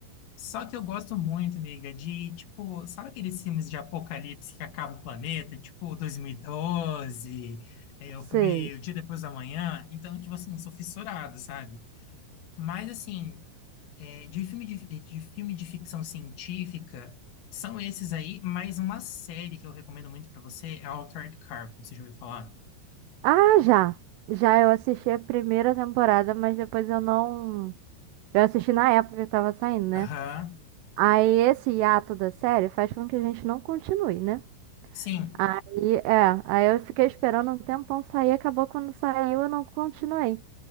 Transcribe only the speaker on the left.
Só que eu gosto muito, amiga, de, tipo, sabe aqueles filmes de apocalipse que acaba o planeta? Tipo, 2012, é,
o filme O Dia Depois da Manhã. Então, tipo assim, sou fissurado, sabe? Mas, assim, é, de filme de, de filme de ficção científica, são esses aí, mas uma série que eu recomendo muito pra você é Altered Carbon, você já ouviu falar?
Aham,
Sim.